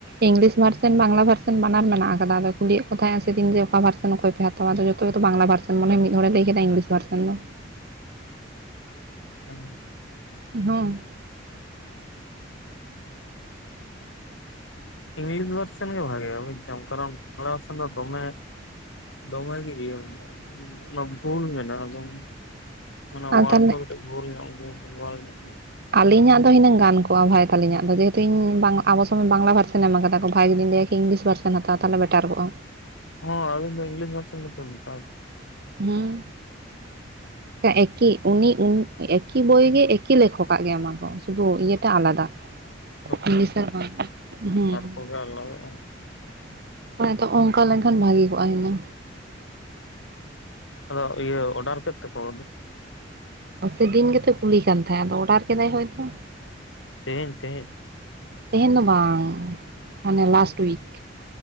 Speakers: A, on the right (about 55°); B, on the left (about 80°).
A: ᱤᱝᱞᱤᱥ ᱵᱷᱟᱨᱥᱮᱱ ᱵᱟᱝᱞᱟ ᱵᱷᱟᱨᱥᱮᱱ ᱵᱟᱱᱟᱨ ᱢᱮᱱᱟᱜ ᱟᱠᱟᱫᱟ ᱟᱫᱚ ᱠᱩᱞᱤᱭᱮᱫ ᱠᱚ ᱛᱟᱦᱮᱸᱜ ᱥᱮᱹᱫᱤᱱ ᱜᱮ ᱚᱠᱟ ᱵᱷᱟᱨᱥᱮᱱ ᱚᱠᱚᱭ ᱯᱮ ᱦᱟᱛᱟᱣᱟ ᱟᱫᱚ ᱡᱚᱛᱚ ᱜᱮ ᱛᱚ ᱵᱟᱝᱞᱟ ᱵᱷᱟᱨᱥᱮᱱ ᱢᱟᱱᱮ ᱢᱤᱫ ᱦᱚᱲᱮ ᱞᱟᱹᱭ ᱠᱮᱫᱟ ᱤᱝᱞᱤᱥ ᱵᱷᱟᱨᱥᱮᱱ ᱾ ᱫᱚ
B: ᱚᱦ ᱾
A: ᱮᱯ- ᱦᱚᱸ ᱾
B: ᱤᱝᱞᱤᱥ ᱵᱷᱟᱨᱥᱮᱱ ᱜᱮ ᱵᱷᱟᱜᱮᱹᱭᱟ ᱵᱩᱡᱽ ᱫᱟᱢ ᱠᱟᱨᱚᱱ ᱵᱟᱝᱞᱟ ᱵᱷᱟᱨᱥᱮᱱ ᱫᱚ ᱫᱚᱢᱮ ᱫᱚᱢᱮ ᱜᱮ ᱤᱭᱟᱹᱢᱮᱱᱟᱜ ᱚᱱᱟ ᱵᱷᱩᱞ ᱢᱮᱱᱟᱜ ᱟᱫᱚ ᱾ ᱢᱟᱱᱮ
A: ᱟᱨ
B: ᱚᱣᱟᱲ
A: ᱛᱟᱦᱚᱞᱮ
B: ᱠᱚ ᱠᱟᱹᱴᱤᱡ ᱵᱷᱩᱞ ᱧᱚᱜ ᱜᱮᱭᱟ ᱵᱷᱟᱞ ᱧᱚᱜ ᱜᱮᱭᱟ, ᱾
A: ᱟᱞᱤᱧᱟᱜ ᱫᱚ ᱦᱤᱱᱟᱹᱝ ᱜᱟᱱ ᱠᱚᱜ ᱵᱷᱟᱭ ᱛᱟᱹᱞᱤᱧᱟᱜ ᱫᱚ ᱡᱮᱹᱦᱮᱹᱛᱩ ᱤᱧ ᱟᱵᱚ ᱥᱚᱢᱚᱭ ᱵᱟᱝᱞᱟ ᱵᱷᱟᱨᱥᱮᱱ ᱧᱟᱢ ᱠᱟᱫᱟ ᱠᱚ ᱵᱷᱟᱭ ᱡᱩᱫᱤ ᱞᱟᱹᱭ ᱾ ᱤᱝᱞᱤᱥ ᱵᱷᱟᱨᱥᱮᱱ ᱦᱟᱛᱟᱣ ᱛᱟᱞᱦᱮ ᱵᱮᱴᱟᱨ ᱠᱚᱜ-ᱟ ᱾
B: ᱦᱚᱸ ᱟᱧᱤᱱ ᱫᱚ ᱤᱝᱞᱤᱥ ᱵᱷᱟᱨᱥᱮᱱ ᱜᱮᱛᱚ ᱞᱤᱧ ᱦᱟᱛᱟᱣ ᱾
A: ᱦᱩᱸᱦ ᱾
B: <inaudible> ᱾
A: ᱮᱠᱤ ᱩᱱᱤ ᱩᱱ ᱮᱠᱤ ᱵᱳᱭ ᱜᱮ ᱮᱠᱤ ᱞᱮᱠᱷᱚ ᱠᱟᱜ ᱜᱮ ᱚᱱᱟ ᱠᱚ ᱥᱩᱫᱷᱩ ᱤᱭᱟᱹᱴᱟ ᱟᱞᱟᱫᱟ ᱾
B: <inaudible> ᱯᱷᱟᱸᱠᱟ ᱜᱮᱭᱟ ᱾
A: <unintelligible> ᱦᱮᱸ
B: ᱠᱚᱜᱮ
A: ᱾
B: ᱟᱞᱟᱫᱟᱜᱼᱟ
A: ᱚᱱᱮ ᱛᱚ ᱚᱝᱠᱟ ᱞᱮᱱ ᱠᱷᱟᱱ ᱵᱷᱟᱜᱮᱹ ᱠᱚᱜ-ᱟ ᱦᱤᱱᱟᱹ
B: ᱟᱫᱚ ᱤᱭᱟᱹ ᱚᱰᱟᱨ ᱠᱮᱫ ᱛᱮᱠᱚ ᱵᱚᱞᱮ
A: ᱥᱮᱹᱫᱤᱱ ᱜᱮᱛᱚᱭ ᱠᱩᱞᱤ ᱠᱟᱱ ᱛᱟᱦᱮᱸ ᱟᱫᱚ ᱚᱲᱟᱨ ᱠᱮᱫᱟᱭ ᱦᱚᱭᱛᱚ ᱾
B: ᱛᱮᱹᱦᱮᱹᱧ, ᱛᱮᱹᱦᱮᱹᱧ, ᱾
A: ᱛᱮᱹᱦᱮᱹᱧ ᱫᱚ ᱵᱟᱝ ᱢᱟᱱᱮ ᱞᱟᱻᱥᱴ ᱩᱭᱤᱠ ᱾